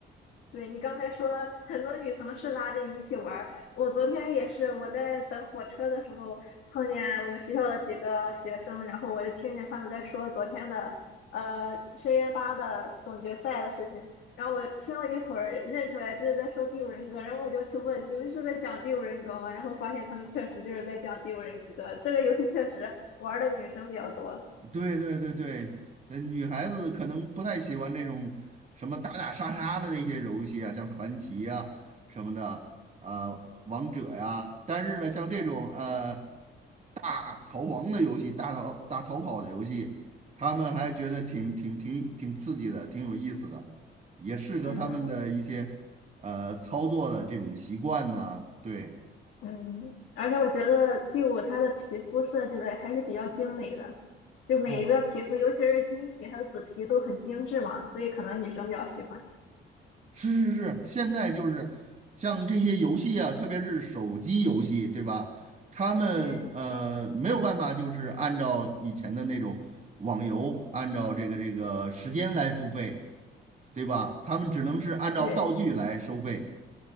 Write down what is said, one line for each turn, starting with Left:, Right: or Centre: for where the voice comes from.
Left: 对你刚才说很多女同事拉着你一起玩儿，我昨天也是，我在等火车的时候碰见我们学校的几个学生，然后我就听见他们在说昨天的呃深渊八的总决赛的事情，然后我听了一会儿认出来这是在说第五人格，然后我就去问你们是在讲第五人格吗？然后发现他们确实就是在讲第五人格，这个游戏确实玩儿的女生比较多，
Right: 对对对对，呃，女孩子可能不太喜欢那种什么打打杀杀的那些游戏啊，像传奇啊什么的，呃，王者呀、但是呢，像这种呃大逃亡的游戏、大逃大逃跑的游戏，他们还觉得挺挺挺挺刺激的，挺有意思的，也适合他们的一些呃操作的这种习惯呢。
Left: 嗯。
Right: 对，
Left: 嗯，而且我觉得第五它的皮肤设计的还是比较精美的，就每一个皮肤，
Right: 哦，
Left: 尤其是金皮还有紫皮都很精致嘛，所以可能女生比较喜欢。
Right: 是是是，现在就是像这些游戏啊，特别是手机游戏，对吧？他们呃没有办法，
Left: 对
Right: 就是按照以前的那种网游，按照这个这个时间来付费，对吧？他们只能是按照道具来收费。
Left: 对